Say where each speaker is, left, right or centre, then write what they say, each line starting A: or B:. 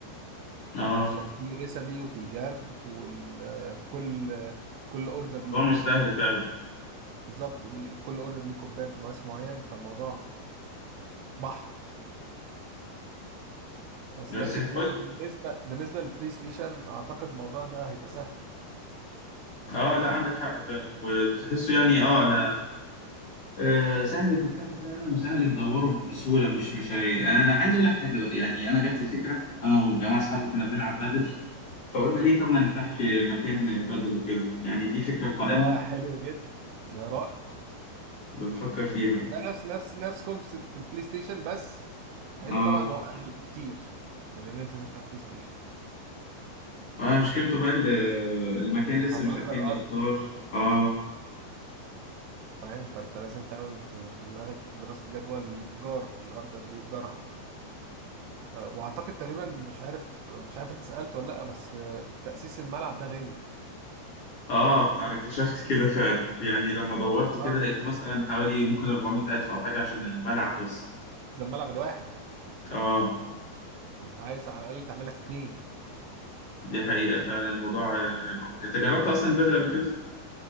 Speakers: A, on the left (about 40°); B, on the right (about 80°).
A: اه
B: عشان في ريسبي وفي جرد وكل كل اوردر
A: الموضوع
B: ليه
A: مش
B: كوباب
A: سهل فعلا
B: بالظبط ليه- كل اوردر ليه كوباب مقاس معين فالموضوع بحر بس
A: بس
B: لكن
A: يحاول
B: لكن بالنسبه بالنسبه للبلاي ستيشن اعتقد الموضوع ده هيبقى سهل
A: اه لا عندك حق فعلا وتحسه يعني اه انا آه سهل تفتحه فعلا وسهل تدوره بسهوله مش مش هي... انا عايز اقول لك حاجه بقى يعني انا جات لي فكره انا وجماعه اصحابي كنا بنلعب بادل فقلنا ليه طب ما نفتحش مكان بادل وكده يعني دي فكره قائمه
B: ده حلو جدا ده رائع
A: بنفكر فيها
B: ده نفس نفس نفس كونسبت البلاي ستيشن بس عيبه
A: اه
B: طبعا إن هو اغلى كتير من ان انت تفتح بلاي ستيشن
A: اه مشكلته بقى ال- المكان لسه
B: انت هتأجر
A: مش عارفين نختار
B: ارض
A: اه
B: فاهم فانت لازم تعمل في في دماغك دراسة جدوى الايجار الارض قد ايه ايجارها آه، واعتقد تقريبا مش عارف مش عارف انت سألت ولا لا بس آه، تأسيس الملعب ده غالي
A: اه انا اكتشفت كده فعلا يعني لما دورت كده
B: اه
A: لقيته مثلا حوالي ممكن 400 الف او حاجه عشان الملعب بس
B: ده الملعب الواحد
A: اه
B: فانت عايز على الاقل تعمل لك اتنين
A: دي حقيقه فعلا الموضوع آه، يبقى ممكن انت جربت اصلا البدل قبل كده